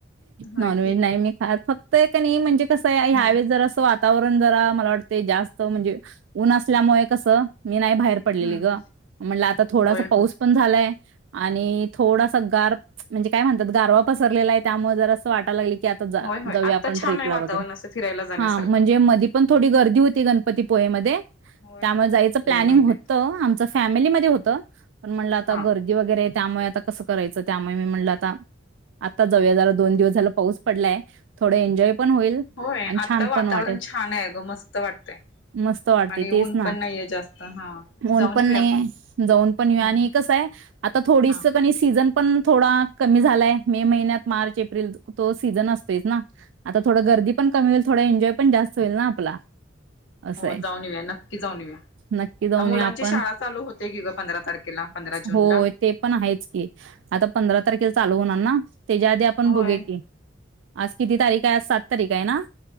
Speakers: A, on the left; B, on the right.
A: होय
B: नॉन व्हेज
A: की
B: नायी मी खात. फक्त ये का नयी म्हणजे कसये ह्यावेळेस
A: हम्म
B: जर अस वा तववरंदरा मला वाटत ते जास्त म्हणजे ऊन असल्यामुळे कस मी नायी भाहेर पडलेली
A: हम्म
B: ग, म्हटल आता थोडासा
A: होय होय
B: पाऊस पण झालाय आणि थोडासा गार पच म्हणजे काय म्हणतात गारवा पसरलेला ये त्यामुळे जर अस वाटाय लागल क
A: होय होय
B: जाऊया
A: आत्ता
B: आपण
A: छान
B: ट्रिप
A: आहे
B: ला
A: वातावरण
B: वगेरे,
A: असं फिरायला जाण्यासारखं.
B: हा म्हणजे मधी पण थोडी गर <unintelligible> होती गणपतीपुळ्यामधे
A: होय
B: त आमा
A: होय
B: जायच प्लँनिंग
A: मे महिन्यात
B: होत्त आमचा फॅमिलीमधे होत पण म्हणल आता
A: हा
B: गर्दी वगरे त्यामुये आता कस करायच त्यामुये मी म्हणल आता आता जवूया जरा दोन दिवस झाला पाऊस पडलाय थोडं एन्जॉय पण होईल
A: होय,
B: आणि
A: आता
B: छान
A: वातावरण
B: पण वाटेल
A: छान आहे अ ग मस्त वाटतय
B: मस्त वाटते
A: आणि ऊन
B: तेच ना,
A: पण नाहीये जास्त हा
B: ऊन
A: जाऊन
B: पण
A: येऊया
B: नाही,
A: आपण
B: जाऊन, पण ये
A: हम्म
B: आणि कसं आहे आता थोडी
A: हा
B: सिजन पण थोडा कमी झालाय मे महिन्यात मार्च एप्रिल त तो सीझन असतोयच ना. आता थोड गर्दी
A: होय होय
B: पण कमी होईल थोडा एनजॉय पण जास्त होईल ना आपला. असये,
A: हो जाऊन येऊया नक्की जाऊन येऊया
B: नक्की जाऊन
A: मुलांची
B: येउ आपण,
A: शाळा चालू होते की ग पंधरा तारखेला पंधरा जून
B: हो,
A: ला
B: ते पण हायच की आता पंधरा तारखेला चालू होणार ना? त्याच्या आधी आपण
A: होय
B: बघूया की? आज किती तारीख आयेना, आज सात तारीख आयेना?